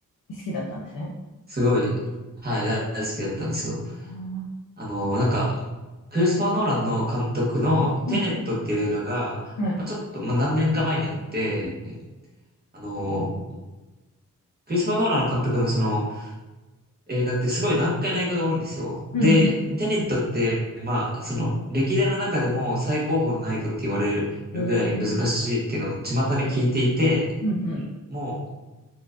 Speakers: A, on the left; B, on the right.
A: 好きだったんですね。
B: すごい、はい、大大好きだったんですよ。
A: ああ
B: あの、なんか、クリスパー・ノーランの監督のテネットっていう映画が、
A: うん、はい。
B: まあ、ちょっと、まあ、何年か前にあって、あの、クリスパー・ノーランの監督のその映画ってすごい難解な映画が多いんですよ。
A: うん、
B: で、
A: うん、
B: テネットって、まあ、その、歴代の中でも最高峰の難易度って言われるぐらい難しいっていうのを巷で聞いていて、
A: へえ、うん、うん、
B: もう、